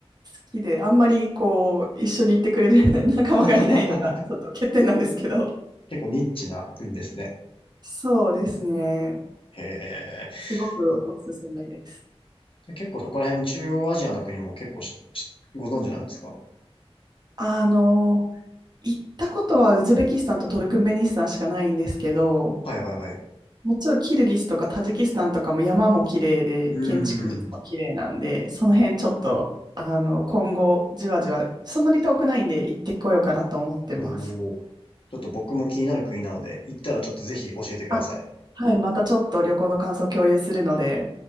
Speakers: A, on the right; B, on the left.
A: きで、あんまりこう、一緒に行ってくれる <laughs> 仲間がいないのが、
B: <laughs>
A: ちょっと欠点なんですけど、
B: 結構ニッチな国ですね。
A: そうですね、
B: へえ。
A: すごくおすすめです。
B: あで結構そこら辺の中央アジアの国も結構ししご存知なんですか
A: あの、行ったことはウズベキスタンとトルクメニスタンしかないんですけど、
B: はいはいはい。
A: もちろんキルギスとかタジキスタンとかも山も綺麗で、
B: うーん。
A: 建築物も綺麗なんで、その辺ちょっと、あの、今後じわじわ、そんなに遠くないんで行ってこようかなと思ってます。
B: おお。ちょっと僕も気になる国なので、行ったらちょっとぜひ教えてください。
A: あはい、またちょっと旅行の感想共有するので、